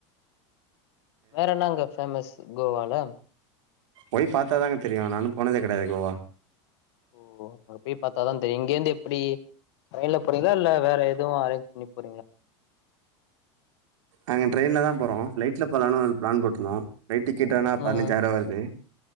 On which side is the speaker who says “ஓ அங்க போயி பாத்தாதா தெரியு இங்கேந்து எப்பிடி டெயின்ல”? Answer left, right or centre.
Left